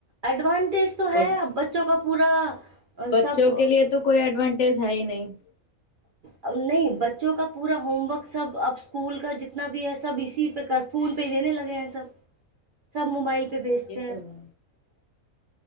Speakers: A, on the right; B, on the left.
A: اڈوان <unintelligible> ٹیس تو ہےب
B: اور
A: بچوں کا <unintelligible> پورا
B: بچوں
A: سب
B: کے لیے تو کوئی ایڈوانٹی <unintelligible> س ہے ہی نہیں <unintelligible>
A: ا نہیں بچوں کا پورا ہوم ورک سب اب اسکول کا جتنا بھی ہے سب اسی پہ کر فون پہ ہی دینے لگے ہیں سب سب موبائل
B: ہاں
A: پہ پہ بھیجتے
B: یہ تو
A: ہیں <unintelligible>
B: ہے